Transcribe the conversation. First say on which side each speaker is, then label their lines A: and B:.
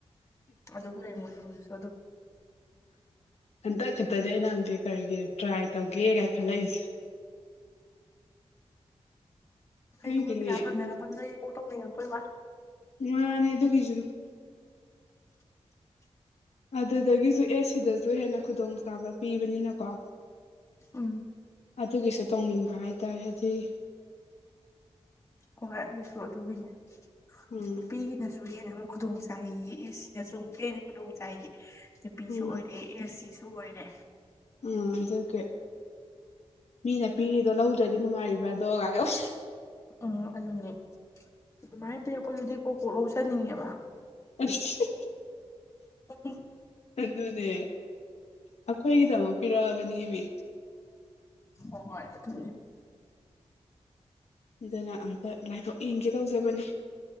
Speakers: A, on the left; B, on the left.
A: ꯑꯗꯨꯝ ꯂꯩ ꯃꯣꯏꯁꯨ ꯍꯧꯖꯤꯛꯁꯨ ꯑꯗꯨꯝ
B: ꯍꯟꯗꯛ ꯈꯛꯇꯗꯤ ꯑꯩꯅ ꯍꯪꯇꯤ ꯀꯔꯤꯒꯤ ꯇ꯭ꯔꯥꯏ ꯇꯧꯒꯦꯒꯥꯏ ꯈꯜꯂꯛꯏꯁꯦ
A: ꯑꯩꯁꯨ
B: ꯅꯪꯒꯤꯅꯦ
A: ꯃꯣꯏ ꯄꯩꯁꯥ ꯐꯪꯗꯅ ꯐꯖꯅꯡꯀꯧ ꯇꯧꯅꯤꯡꯉꯛꯄꯣꯏ ꯋꯥ
B: ꯃꯥꯅꯤ ꯗꯨ ꯀꯈꯤꯁꯨ
A: <inaudible>
B: ꯑꯗꯨꯗꯒꯤꯁꯨ ꯑꯦꯁ ꯁꯤꯗꯁꯨ ꯍꯦꯟꯅ ꯈꯨꯗꯣꯡꯆꯥꯥꯕ ꯄꯤꯕꯅꯤꯅꯀꯣ
A: ꯎꯝ
B: ꯑꯗꯨꯒꯤꯁꯨ ꯇꯧꯅꯤꯡꯕ ꯍꯥꯏꯇꯥꯔꯦ ꯑꯗꯨꯗꯤ
A: ꯍ ꯑꯩꯁꯨ ꯑꯗꯨꯒꯤꯅꯦ
B: ꯎꯝ
A: ꯅꯨꯄꯤꯒꯤꯅꯁꯨ ꯍꯦꯟꯅ ꯑꯃꯨꯛ ꯈꯨꯗꯣꯡ ꯆꯥꯏ ꯌꯦꯛꯑꯦ ꯁꯤꯗꯁꯨ ꯀꯦꯟꯅ ꯈꯨꯗꯣꯡ ꯆꯥꯏꯌꯦ ꯅꯨꯄꯤꯁꯨ
B: ꯎꯝ
A: ꯑꯣꯏꯔꯦ ꯑꯦꯁ ꯁꯤꯁꯨ ꯑꯣꯏꯔꯦ
B: ꯎꯝ ꯑꯗꯨꯒꯤ ꯃꯤꯅ ꯄꯤꯔꯤꯗꯣ ꯂꯧꯗ꯭ꯔꯗꯤ ꯅꯨꯡꯉꯥꯏꯔꯤꯕ꯭ꯔꯗꯣꯒꯥꯏꯌꯧ
A: ꯑꯣ ꯑꯗꯨꯅꯦ ꯑꯗꯨꯃꯥꯏꯅ ꯄꯤꯔꯛꯄꯗꯨꯗꯤ ꯀꯣꯛ ꯀꯣꯛ ꯂꯧꯖꯟꯅꯤꯡꯉꯦꯕ
B: ꯑꯁ
A: <inaudible>
B: ꯑꯗꯨꯅꯦ ꯑꯩꯈꯣꯏꯒꯤꯗꯃꯛ ꯄꯤꯔꯛꯑꯕꯅꯦꯃꯤ
A: ꯍꯣꯏ ꯑꯗꯨꯗꯤ
B: ꯑꯗꯨꯅ ꯑꯝꯇ ꯂꯥꯏꯕꯛ ꯌꯦꯡꯒꯦ ꯇꯧꯖꯕꯅꯤ